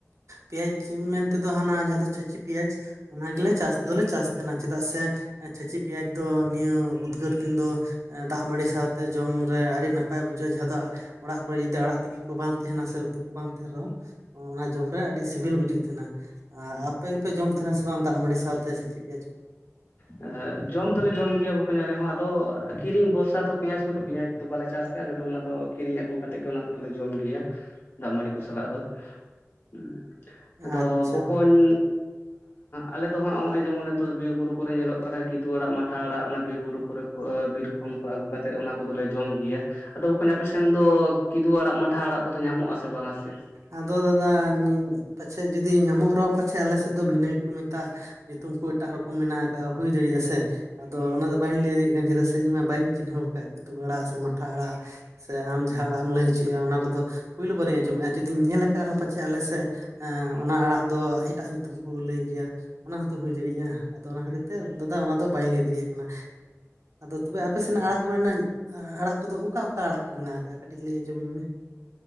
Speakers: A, on the right; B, on the left.
A: ᱯᱮᱸᱭᱟᱡᱽ ᱢᱮᱱᱛᱮᱫᱚ ᱦᱟᱱᱟ ᱡᱟᱦᱟᱸ ᱫᱚ ᱪᱷᱟᱹᱪᱤ ᱯᱮᱸᱭᱟᱡᱽ ᱚᱱᱟ ᱜᱮᱞᱮ ᱪᱟᱥ ᱫᱚᱞᱮ ᱪᱟᱥᱼᱼ ᱪᱮᱫᱟᱜ ᱥᱮ ᱪᱷᱟᱪᱤ ᱯᱮᱸᱭᱟᱡᱽ ᱫᱚ ᱱᱤᱭᱟᱹ ᱩᱫᱽᱜᱟᱹᱨ ᱫᱤᱱ ᱫᱚ ᱮᱸ ᱫᱟᱜ ᱢᱟᱹᱲᱤ ᱥᱟᱶᱛᱮ ᱡᱚᱢ ᱨᱮ ᱟᱹᱰᱤ ᱱᱟᱯᱟᱭ ᱵᱩᱡᱷᱟᱹᱜ-ᱟ ᱡᱟᱦᱟᱸ ᱫᱚ ᱚᱲᱟᱜ ᱠᱚᱨᱮ ᱡᱩᱫᱤ ᱟᱲᱟᱜ ᱛᱤᱠᱤ ᱠᱚ ᱵᱟᱝ ᱛᱟᱦᱮᱱᱟ ᱥᱮ, ᱩᱛᱩ ᱠᱚ ᱵᱟᱝ ᱛᱟᱦᱮᱱ ᱨᱮᱦᱚᱸ ᱚᱱᱟᱼᱼ ᱡᱚᱢ ᱨᱮ ᱟᱹᱰᱤ ᱥᱤᱵᱤᱞ ᱵᱩᱡᱩᱜ ᱛᱟᱦᱮᱱᱟ᱾ ᱟᱨ ᱟᱯᱮ ᱜᱮᱯᱮ ᱡᱚᱢ ᱛᱟᱦᱮᱱᱟ ᱥᱮ ᱵᱟᱝ ᱫᱟᱜ ᱢᱟᱹᱰᱤ ᱥᱟᱶᱛᱮ ᱥᱮᱪᱤ ᱯᱮᱸᱭᱟᱡᱽ ᱠᱚ?
B: ᱮᱸᱜ ᱡᱚᱢ ᱫᱚᱞᱮ ᱡᱚᱢ ᱜᱮᱭᱟ ᱵᱚᱠᱚᱧ ᱟᱞᱮ ᱦᱚᱸ ᱟᱫᱚᱻ ᱠᱤᱨᱤᱧ ᱵᱷᱚᱨᱥᱟ ᱫᱚ ᱯᱮᱸᱭᱟᱡᱽ ᱠᱚᱫᱚ ᱯᱮᱸᱭᱟᱡᱽ ᱫᱚ ᱵᱟᱞᱮ ᱪᱟᱥ ᱛᱮ ᱟᱞᱮ ᱫᱚ ᱚᱱᱟ ᱫᱚ ᱠᱤᱨᱤᱧ ᱟᱹᱜᱩ ᱠᱟᱛᱮᱫ ᱜᱮ ᱚᱱᱟ ᱠᱚᱫᱚᱞᱮ ᱡᱚᱢ ᱜᱮᱭᱟ, ᱫᱟᱜᱽ ᱢᱟᱹᱲᱤ ᱠᱚ ᱥᱟᱞᱟᱜ ᱫᱚ᱾ ᱦᱩᱸ ᱾ ᱟᱫᱚᱻ
A: ᱟᱪᱪᱷᱟ
B: ᱵᱚᱠᱚᱧ ᱟᱞᱮ ᱫᱚ ᱦᱟᱸᱜ ᱦᱚᱸᱜ-ᱚᱭ ᱡᱮᱢᱚᱱ ᱱᱤᱛᱳ ᱵᱤᱨ ᱵᱩᱨᱩ ᱠᱚᱨᱮ ᱧᱮᱞᱚᱜ ᱠᱟᱱᱟ ᱠᱤᱫᱩ ᱟᱲᱟᱜ ᱢᱟᱴᱷᱟ ᱟᱲᱟᱜ ᱚᱱᱟ ᱵᱤᱨ ᱵᱩᱨᱩ ᱠᱚᱨᱮ ᱮᱻᱵᱤᱨ ᱠᱷᱚᱱ ᱠᱚ ᱟᱹᱜᱩ ᱠᱟᱛᱮᱫ ᱚᱱᱟ ᱠᱚᱫᱚᱞᱮ ᱡᱚᱢ ᱜᱮᱭᱟ᱾ ᱟᱫᱚ ᱵᱚᱠᱚᱧ ᱟᱯᱮᱥᱮᱱᱻ ᱫᱚ ᱠᱤᱫᱩ ᱟᱲᱟᱜ ᱢᱟᱴᱷᱟ ᱟᱲᱟᱜ ᱠᱚᱫᱚ ᱧᱟᱢᱚᱜ ᱟᱥᱮ ᱵᱟᱝᱼᱟ ᱥᱮ?
A: ᱟᱫᱚ ᱫᱟᱫᱟ ᱯᱟᱪᱷᱮ ᱡᱩᱫᱤ ᱧᱟᱢᱚᱜ ᱨᱮᱦᱚᱸ ᱯᱟᱪᱷᱮ ᱟᱞᱮᱥᱮᱫ ᱫᱚ ᱵᱷᱤᱱᱟᱹ ᱠᱚ ᱢᱮᱛᱟᱜ ᱧᱩᱛᱩᱢ ᱠᱚ ᱮᱴᱟᱜ ᱨᱚᱠᱚᱢ ᱢᱮᱱᱟᱜ ᱠᱟᱜ-ᱟ ᱦᱩᱭ ᱫᱟᱲᱮᱭᱟᱜ-ᱟ ᱥᱮ᱾ ᱟᱫᱚ ᱚᱱᱟᱫᱚ ᱵᱟᱹᱧ ᱞᱟᱹᱭ ᱫᱟᱲᱮᱭᱟᱜ ᱠᱟᱱ ᱪᱮᱫᱟᱜ ᱥᱮ, ᱤᱧ ᱢᱟ ᱵᱟᱧ ᱪᱤᱱᱦᱟᱹᱣ ᱟᱠᱟᱫ ᱠᱤᱫᱩ ᱟᱲᱟᱜ ᱥᱮ ᱢᱟᱴᱷᱟ ᱟᱲᱟᱜ᱾ ᱥᱮ ᱟᱢ ᱡᱟᱦᱟᱸ ᱟᱲᱟᱜ ᱮᱢ ᱞᱟᱹᱭ ᱦᱚᱪᱚᱭᱮᱫᱼᱟ ᱚᱱᱟ ᱠᱚᱫᱚ ᱯᱩᱭᱞᱳ ᱵᱟᱨᱤᱧ ᱟᱸᱡᱚᱢᱮᱜ-ᱟ ᱡᱩᱫᱤᱧ ᱧᱮᱞ ᱟᱠᱟᱫ ᱨᱮᱦᱚᱸ ᱯᱟᱪᱷᱮ ᱟᱞᱮ ᱥᱮᱫ, ᱚᱱᱟ ᱟᱲᱟᱜ ᱫᱚ ᱮᱴᱟᱜ ᱧᱩᱛᱩᱢ ᱠᱚ ᱞᱟᱹᱭ ᱜᱮᱭᱟ ᱚᱱᱟ ᱦᱚᱸᱛᱚ ᱦᱩᱭ ᱫᱟᱲᱮᱭᱟᱜ-ᱟ᱾ ᱟᱫᱚ ᱚᱱᱟ ᱠᱷᱟᱹᱛᱤᱨ ᱛᱮ ᱫᱟᱫᱟ ᱚᱱᱟ ᱫᱚ ᱵᱟᱹᱧ ᱞᱟᱹᱭ ᱫᱟᱲᱮᱭᱟᱜ ᱠᱟᱱᱟ᱾ ᱟᱫᱚ ᱛᱚᱵᱮ
B: ᱟᱪᱪᱷᱟ
A: ᱟᱯᱮ ᱥᱮᱱᱟᱜ
B: ᱵᱚᱠᱚᱧ,
A: ᱟᱲᱟᱜ ᱠᱚᱨᱮᱱᱟᱜ ᱟᱲᱟᱜ ᱠᱚᱫᱚ ᱚᱠᱟ ᱚᱠᱟ ᱟᱲᱟᱜ ᱠᱚ ᱢᱮᱱᱟᱜ ᱠᱟᱜᱼᱟ ᱠᱟᱹᱴᱤᱡ ᱞᱟᱹᱭ ᱟᱸᱚᱢ ᱟᱹᱧ ᱢᱮ᱾